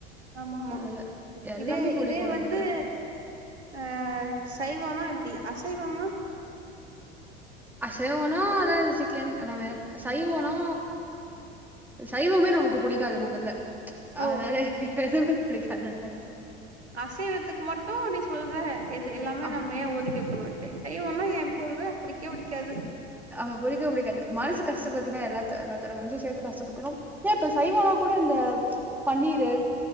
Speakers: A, on the right; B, in the centre.
A: ஆமா ஆமா
B: அதுல எல்லாமே
A: இத இது
B: புடிக்கு
A: இதே வந்து
B: நமக்கு
A: அ சைவமா எப்டி அசைவம்னா
B: அசைவனா அதான் சிக்கன் எல்லாமே சைவனா சைவமே நமக்கு புடிக்காது முதல்ல அதனால
A: ஓ
B: எதுமே புடிக்காது அதுல்ல
A: அசைவத்துக்கு மட்டு நீ சொல்ற எது எல்லாமே
B: ஆ
A: நம்ம ஏன் ஒதிக்கி வைக்கணு சைவோனா ஏன் சொல்ற புடிக்கே புடிக்காது
B: ஆமா புடிக்கவே புடிக்காது மனசு கஷ்டப்பத்துனா எல்லாத்த எல்லாத்தோட மனசும் சேர்த்து கஷ்டபடுத்தனும் சைவலா கூட ட இந்த பன்னீரு